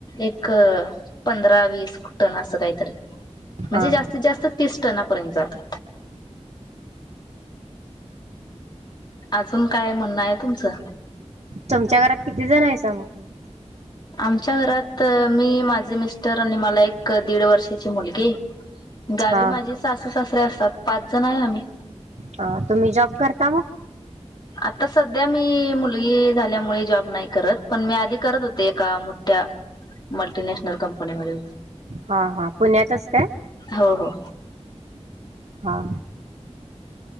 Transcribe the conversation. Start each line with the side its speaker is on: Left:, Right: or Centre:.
Left: एक अ.. पंधरा-वीस टन आसं काहीतरी, म्हणजे
Right: हा
Left: जास्तीत जास्त तीस टनापर्यंत जात आजून काय म्हणणं आहे तुमचं.
Right: तुमच्या घरात किती जण हायसा मग. तुम्ही
Left: आमच्या घरात मी, माझे मिस्टर आणि मला एक, दीड वर्षाची मुलगी. गावी
Right: हा
Left: माझे सासू सासरे असतात पाच जण आहे आम्ही.
Right: हा. तुम्ही जॉब करता मग.
Left: आता सध्या मी.. मुलगी झाल्यामुळे, जॉब नाही करत. पण मी आधी करत होती. ते एका मोठ्ठ्या, मल्टीनॅशनल कंपनीमध्ये
Right: हा हा. पुण्यातच काय.
Left: हो हो.
Right: हा.